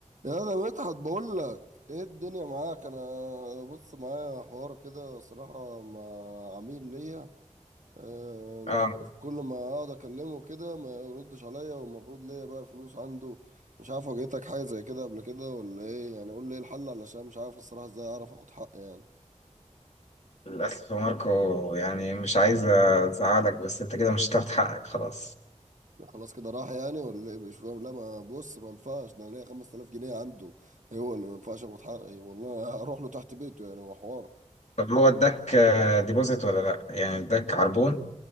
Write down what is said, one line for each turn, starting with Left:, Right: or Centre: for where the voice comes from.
Right: يا انا مدحت بقول لك ايه الدنيا معاك انا بص معايا حوار كده صراحة مع عميل ليا آه،
Left: اه
Right: مش عارف كل ما اقعد اكلمه كده ما يردش عليا والمفروض ليا بقى فلوس عنده مش عارف واجهتك حاجة زي كده قبل كده ولا ايه يعني قول لي ايه الحل علشان مش عارف الصراحة ازاي اعرف اخد حقي يعني
Left: للأسف يا ماركو يعني مش عايز أزعلك بس أنت كده مش هتاخد حقك خلاص
Right: خلاص كده راح يعني ولا ايه مش فاهم لا ما بص ما ينفعش ده انا ليا 5000 جنيه عنده هو اللي ما ينفعش اخد حقي والله <laughs> هروح له تحت بيته يعني هو حوار
Left: طب هو اداك آه، ديبوزيت ولا لأ؟ يعني اداك عربون؟